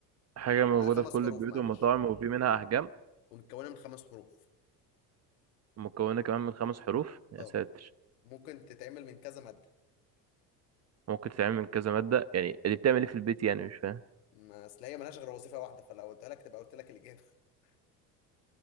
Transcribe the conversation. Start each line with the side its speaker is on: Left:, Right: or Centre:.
Right: حاجه موجوده
Left: لا خمس
Right: في كل
Left: حروف
Right: البيوت
Left: معلش
Right: والمطاعم وفي منها احجام
Left: ومتكونة من خمس حروف
Right: مكونه كمان من خمس حروف يا
Left: اه
Right: ساتر
Left: ممكن تتعمل من كذا مادة
Right: ممكن تتعمل من كذا ماده يعني اللي بتعمل ايه في البيت يعني مش فاهم
Left: ما اصل هي ملهاش غير وظيفة واحدة فلو قلت لك تبقى قلت لك الإجابة <laughs>